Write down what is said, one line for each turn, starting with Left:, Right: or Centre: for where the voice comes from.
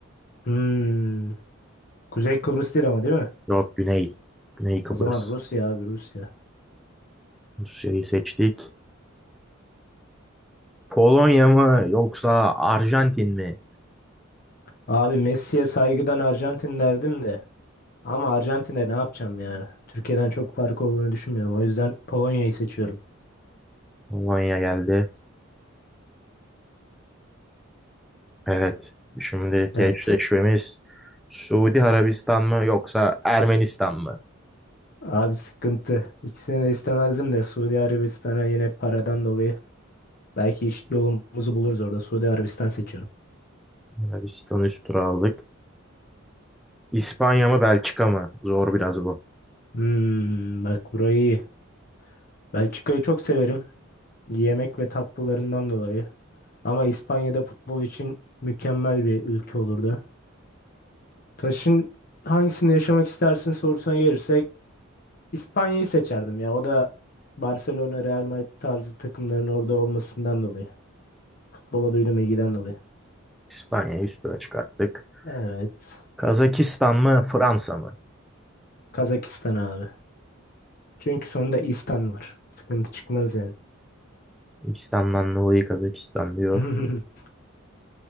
Left: Hmm. Kuzey Kıbrıs değil ama değil mi?
Centre: Yok Güney. Güney Kıbrıs.
Left: O zaman Rusya abi Rusya.
Centre: Rusya'yı seçtik. Polonya mı yoksa Arjantin mi?
Left: Abi Messi'ye saygıdan Arjantin derdim de. Ama Arjantin'e ne yapacağım ya? Türkiye'den çok farkı olduğunu düşünmüyorum. O yüzden Polonya'yı seçiyorum.
Centre: Polonya geldi. Evet. Şimdiki
Left: Evet.
Centre: eşleşmemiz Suudi Arabistan mı yoksa Ermenistan mı?
Left: Abi sıkıntı. İkisini de istemezdim de Suudi Arabistan'a yine paradan dolayı. Belki iş yolumuzu buluruz orada. Suudi Arabistan seçiyorum.
Centre: Arabistan'ı üst tura aldık. İspanya mı Belçika mı? Zor biraz bu.
Left: Hmm, bak burayı iyi. Belçika'yı çok severim. Yemek ve tatlılarından dolayı. Ama İspanya'da futbol için mükemmel bir ülke olurdu. Taş'ın hangisinde yaşamak istersin sorusuna gelirsek İspanya'yı seçerdim ya. O da Barcelona, Real Madrid tarzı takımların orada olmasından dolayı. Futbola duyduğum ilgiden dolayı.
Centre: İspanya'yı üst tura çıkarttık.
Left: Evet.
Centre: Kazakistan mı Fransa mı?
Left: Kazakistan abi. Çünkü sonunda İstan var. Sıkıntı çıkmaz yani.
Centre: İslam'dan dolayı Kazakistan diyor.
Left: <laughs>